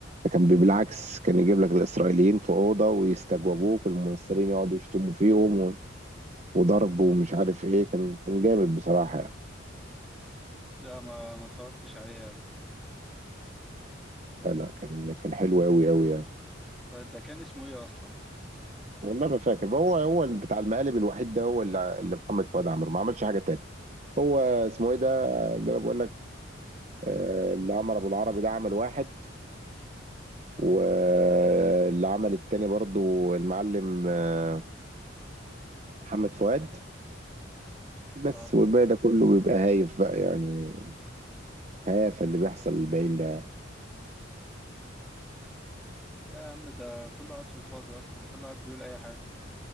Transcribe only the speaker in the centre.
لا ما ما اتفرجتش عليه ده
ده كان اسمه ايه اصلا
اه
لا يا عم ده كله قاعد في الفاضي اصلا كله قاعد بيقول اي حاجه